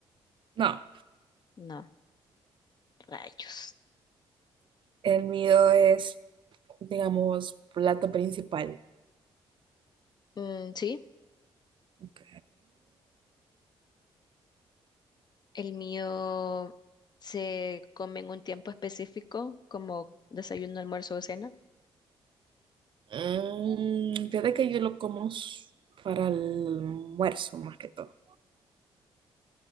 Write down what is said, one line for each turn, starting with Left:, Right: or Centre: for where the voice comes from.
Right: no,
Left: No, rayos.
Right: el mío es, digamos, plato principal.
Left: Mm, sí,
Right: Ok.
Left: el mío se come en un tiempo específico, como desayuno, almuerzo o cena.
Right: Mm, fíjate que yo lo como s- para el almuerzo más que todo.